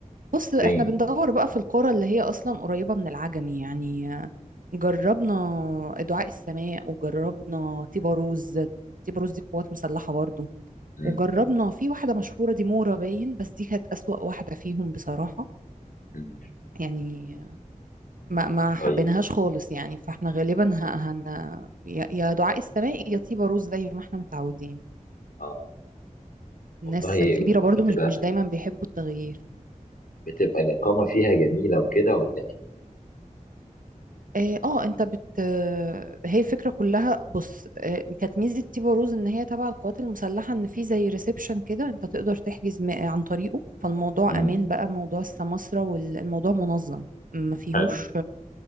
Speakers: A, on the right; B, on the left.
A: بص احنا
B: فين
A: بندور بقى في القرى اللي هي اصلا قريبه من العجمي يعني جربنا دعاء السماء وجربنا تيباروز تيباروز دي قوات مسلحه برضه
B: مم.
A: وجربنا في واحده مشهوره دي مورا باين بس دي كانت اسوأ واحده فيهم بصراحه
B: مم.
A: يعني ما ما حبيناهاش
B: طيب
A: خالص يعني فاحنا غالبا ه- هن يا يا دعاء السماء يا طيبة روز زي ما احنا متعودين
B: اه
A: الناس
B: والله
A: الكبيرة برضو
B: بتبقى
A: مش مش دايما بيحبوا التغيير
B: بتبقى الإقامة فيها جميلة وكده ولا
A: اه آه، انت بت آه، هي الفكرة كلها بص آه، كانت ميزة طيبة روز ان هي تبع القوات المسلحة ان في زي ريسبشن كده انت تقدر تحجز م- عن طريقه فالموضوع
B: إيه؟
A: امان
B: مم.
A: بقى موضوع السماسرة والموضوع منظم ما فيهوش
B: حلو